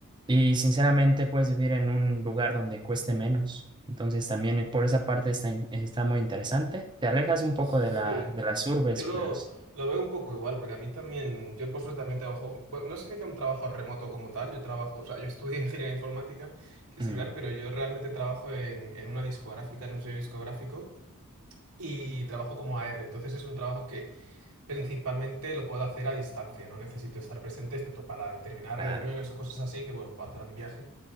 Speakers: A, on the right; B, on the right.
A: y sinceramente puedes vivir en un lugar donde cueste menos. Entonces también eh, por esa parte está, in- está muy interesante. Te alejas un poco
B: Sí,
A: de la, de las urbes,
B: yo
A: pero
B: lo,
A: sí.
B: lo veo un poco igual, porque a mí también, yo por suerte también trabajo, bueno, no sé si sea un trabajo remoto como tal, yo trabajo, o sea, yo estudié <laughs> ingeniería informática, que es
A: Mm,
B: similar, pero yo realmente trabajo en, en una discográfica, en un sello discográfico, y trabajo como AR, entonces es un trabajo que Principalmente lo puedo hacer a distancia, no necesito estar presente, excepto para determinadas
A: claro,
B: reuniones o cosas así, que bueno, puedo hacer un viaje.